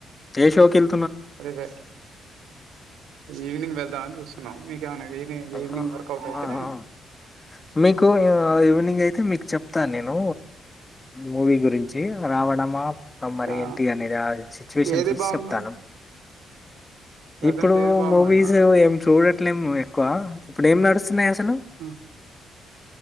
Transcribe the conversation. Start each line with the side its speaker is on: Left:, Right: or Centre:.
Left: ఏషోకెల్
Right: అదేవ ఈవినింగ్ వెళ్దామని చుస్ మీకేమనా ఈ
Left: ఆహా,
Right: ఈవినింగ్ వర్కౌట్ అయితే
Left: ఆహా. మీకు ఈవినింగ్ అయితే మీకు చెప్తాను నేను మూవీ గురించి రావడం అన్నామా మరి
Right: ఆ
Left: ఏంటి అనేది ఆ సిచ్యువేషన్
Right: ఏది
Left: చూసి
Right: బాగుందన్న
Left: చెప్తాను
Right: ప్రజెంట్
Left: ఇప్పుడు
Right: ఏది బాగుందన్న
Left: మూవీస్ ఏమి చూడట్లేము ఎక్కువ ఇప్పుడు ఏం నడుస్తున్నాయి అసలు
Right: ఆ